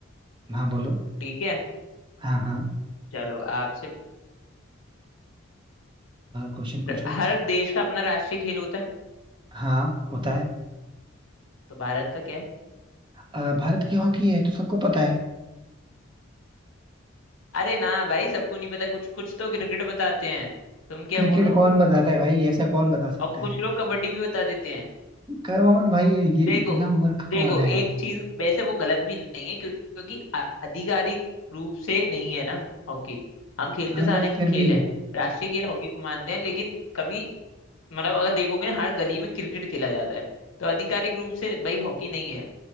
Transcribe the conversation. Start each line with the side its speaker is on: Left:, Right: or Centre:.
Right: हाँ बोलो
Left: ठीक है
Right: हाँ हाँ
Left: चलो आपसे
Right: क्वेश्चन पूछो
Left: हर देश का अपना राष्ट्रीय खेल होता है
Right: हाँ होता है
Left: तो भारत का क्या है
Right: अ, भारत की हॉकी है तो सबको पता है
Left: अरे ना भाई सबको नहीं पता कुछ कुछ तो क्रिकेट बताते हैं तुम क्या
Right: क्रिकेट
Left: बोलो
Right: कौन बताता है भाई ऐसा कौन बता सकता
Left: और कुछ
Right: है
Left: लोग कबड्डी भी बता देते हैं
Right: कौन भाई ये
Left: देखो
Right: इतना मूर्ख
Left: देखो
Right: कौन है
Left: एक चीज वैसे वो गलत भी नहीं है क्यों- क्योंकि आधिकारिक रूप से नहीं है ना हॉकी हम खेलते
Right: हाँ
Left: सारे
Right: बट फिर
Left: खेल
Right: भी
Left: हैं राष्ट्रीय खेल हॉकी को मानते हैं लेकिन कभी मतलब अगर देखोगे ना हर गली में क्रिकेट खेला जाता है तो आधिकारिक रूप से भाई हॉकी नहीं है